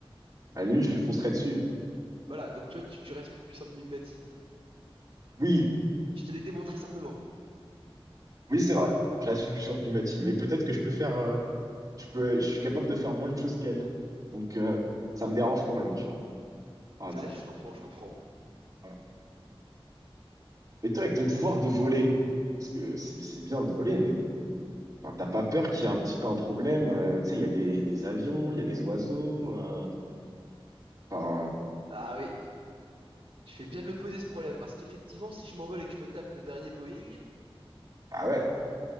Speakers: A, on the right; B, on the right.
A: À la limite, je lui foncerais dessus.
B: <laughs> voilà, donc tu vois, tu, tu restes plus puissant que Mimimati.
A: Oui,
B: Je te l'ai démontré simplement.
A: oui, c'est vrai. Je reste plus sur Pimati, mais peut-être que je peux faire. euh, Je peux, je suis capable de faire moins de choses qu'elle. Donc, euh, ça me dérange quand même, tu vois, par
B: Ouais,
A: exemple.
B: je comprends, je comprends.
A: Voilà. Et toi, avec ton pouvoir
B: C'est vrai.
A: de voler, parce que c'est c'est bien de voler, mais enfin, t'as pas peur qu'il y ait un petit peu un problème. euh, tu sais, il y a des, il y a des avions, il y a des oiseaux. euh, Enfin,
B: Ah oui, Tu fais bien de le poser ce problème, parce qu'effectivement, si je m'envole et que je me tape le dernier Boeing,
A: ah ouais,